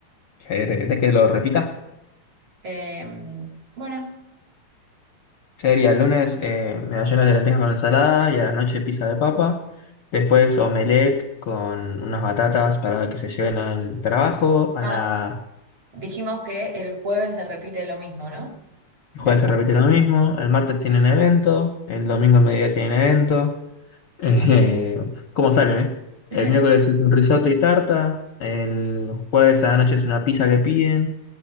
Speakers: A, on the left; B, on the right.
A: Eh, ¿Querés que lo repita?
B: Em, bueno,
A: Sería el lunes eh, medallones de lentejas con ensalada y a la noche pizza de papa. Después omelette con unas batatas para que se lleven al trabajo. A
B: ah,
A: la...
B: dijimos que el jueves se repite lo mismo, ¿no?
A: El
B: Del
A: jueves se
B: martes.
A: repite lo mismo. El martes tienen evento. El domingo al mediodía tienen evento. <laughs> Eh, ¿cómo salen, eh?
B: <laughs>
A: El miércoles es un risotto y tarta. El jueves a la noche es una pizza que piden.